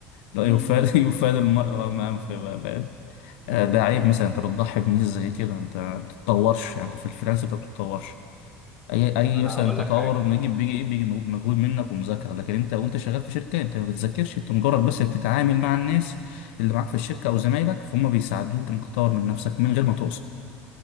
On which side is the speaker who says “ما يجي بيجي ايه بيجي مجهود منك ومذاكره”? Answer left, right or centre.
Left